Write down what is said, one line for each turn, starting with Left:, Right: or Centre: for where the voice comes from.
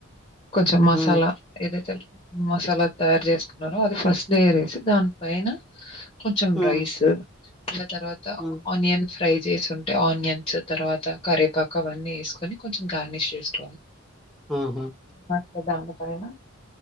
Left: కొంచెం మసాలా
Centre: ఉమ్
Left: ఏదైతే మసాలా తయారు చేసుకున్నారు అది ఫస్ట్లు వసి దాని పైన కొంచెం
Centre: ఉమ్
Left: రైస్ ఇం తర్వాత
Centre: ఉమ్
Left: ఆనియన్ ఫ్రై చేసింటే ఆనియన్ తర్వా కరేపాక అవన్నీ వేసుకని కొంచెం గార్నిష్ చేసుకోవాలి
Centre: ఉహు
Left: ప్ర దాన పైన